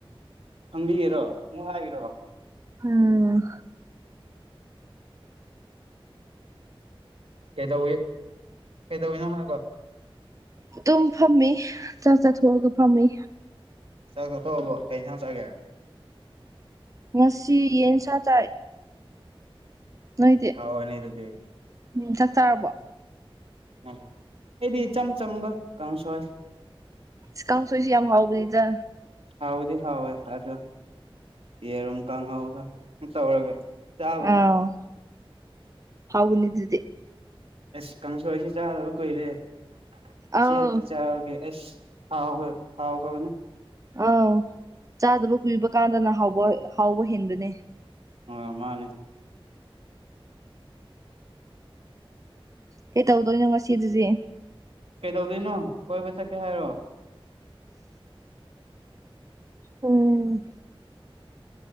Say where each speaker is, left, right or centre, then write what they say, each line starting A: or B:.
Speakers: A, on the right (about 85°); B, on the right (about 35°).
A: ꯍꯪꯕꯤꯒꯦꯔꯣ ꯑꯃꯨꯛ ꯍꯥꯏꯈꯔꯣ
B: ꯎꯝ
A: ꯀꯩ ꯇꯧꯋꯤ ꯀꯩꯇꯧꯤꯅꯣ ꯍꯥꯏꯕꯣ
B: ꯑꯗꯨꯝ ꯐꯝꯃꯦ ꯆꯥꯛ ꯆꯥꯊꯣꯛꯑꯒ ꯐꯝꯃꯤ
A: ꯆꯥꯛ ꯆꯊꯣꯛꯑꯕꯣ ꯀꯩꯅ ꯁꯪꯅ ꯆꯠꯒꯦ
B: ꯉꯁꯤ ꯌꯦꯟꯁꯥ ꯇꯥꯏ ꯅꯣꯏꯗꯤ
A: ꯍꯥꯎꯔꯅꯤ ꯑꯗꯨꯗꯤ
B: ꯎꯝ ꯆꯠ ꯆꯥꯔꯕꯣ
A: ꯎ ꯑꯩꯗꯤ ꯏꯆꯝ ꯆꯝꯕ ꯀꯥꯡ ꯁꯣꯏ
B: ꯁꯤ ꯀꯥꯡ ꯁꯣꯏꯁꯤ ꯌꯥꯝ ꯍꯥꯎꯕꯅꯤꯗ
A: ꯍꯥꯎꯕꯗꯤ ꯍꯥꯎꯋꯦ ꯑꯗꯣ ꯌꯦꯔꯨꯝ ꯀꯥꯡꯍꯧꯒ ꯇꯧꯔꯒ ꯆꯥꯕꯅꯤ
B: ꯑ ꯍꯥꯎꯅꯤꯗꯗꯤ
A: ꯑꯁ ꯀꯥꯡꯁꯣꯏꯁꯤ ꯆꯥꯗꯕ ꯀꯨꯏꯔꯦ ꯉꯁꯤ
B: ꯑꯥꯎ
A: ꯍꯦꯛꯇ ꯆꯥꯕꯒꯦ ꯑꯁ ꯍꯥꯎ ꯍꯣꯏ ꯍꯥꯎ ꯍꯕꯅꯦ
B: ꯑꯥꯎ ꯆꯥꯗꯕ ꯀꯨꯏꯕ ꯀꯥꯟꯗꯅ ꯍꯥꯎꯕ ꯍꯥꯎꯕ ꯍꯦꯟꯕꯅꯦ
A: ꯑꯣ ꯃꯥꯅꯦ
B: ꯀꯩ ꯇꯧꯗꯣꯏꯅꯣ ꯉꯁꯤꯗꯨꯗꯤ
A: ꯀꯩꯗꯧꯗꯣꯏꯅꯣ ꯀꯣꯏꯕ ꯆꯠꯀꯦ ꯍꯥꯏꯔꯣ
B: ꯎꯝ